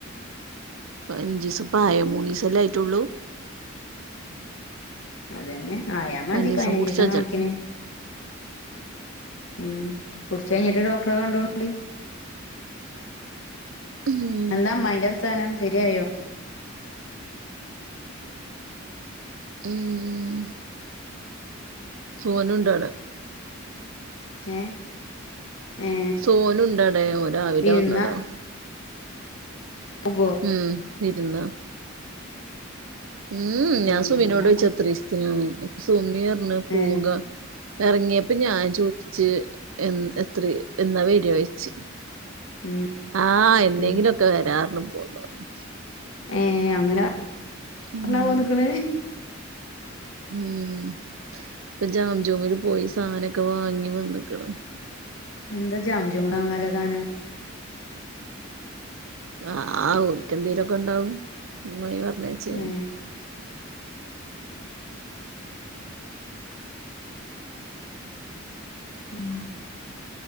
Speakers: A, on the right; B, on the left.
A: പതിനഞ്ച് ദിവസംപ്പായോ മൂന്നു ദിവസ ല്ലെ ആയിട്ടുള്ളൂ
B: അതന്നെ ആയാമതി
A: പനീസും
B: പതിനഞ്ച്
A: കുടിച്ചച്ചണ്ട്
B: ദിവസം കണക്കന് ഉം കുടിച്ച് കഴിഞ്ഞിട്ട് ഡോക്ടറെ കണ്ടോളണ്ടി
A: ഉം
B: എന്താ അമ്മായിൻ്റെർത്താനം ശരിയായോ
A: ഉം സോനുണ്ടവിടെ
B: ഏ ഏ
A: സോനുണ്ടടേ ഓൻ രാവിലെ
B: വിരുന്നാ
A: വന്നതാ
B: പോകോ
A: ഉം വിരുന്നാ ഉം ഞാൻ
B: ഏ വിരുന്നാ
A: സുമിനോട് പോയ്ച്ച് എത്രീസ്ത്ത്നാണ് സുമി പറഞ്ഞ് പോക
B: ഏ
A: ഇറങ്ങിയപ്പ ഞാൻ ചോദിച്ചു എ എത്ര എന്നാ വരുവായ്ച്ചു
B: ഉം
A: ആഹ് എന്നെങ്കിലുക്കെ
B: ഉം
A: വരാറ്ഞ്ഞ് പോയിക്ക്ണ്
B: ഏ അങ്ങനെ
A: ഉം
B: പറ പോന്നിക്കണ്
A: ഉം പജോ ജോമിൽ പോയി സാധനൊക്കെ വാങ്ങി വന്നക്കണ
B: എന്താ ജാം ജൂണാ ങ്ങാള്ള സാധനം
A: ആഹ് ആ ഓൽക്ക് എന്തേലൊക്കെ ഉണ്ടാവും അമായി പറഞ്ഞച്ചേനി
B: ഏ ഉം